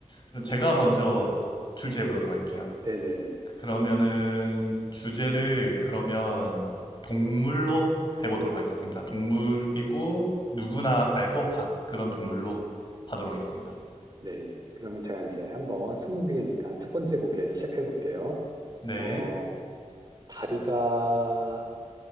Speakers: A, on the left; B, on the right.
A: 그럼 제가 먼저 출제해 보도록 할게요.
B: 네네, 네.
A: 그러면은 주제를 그러면 동물로 해보도록 하겠습니다. 동물이고 누구나 알 법한 그런 동물로 하도록 하겠습니다.
B: 네. 그러면 제가 이제 한번 스무고개니까 첫 번째 고개 시작해볼게요.
A: 네,
B: 어, 다리가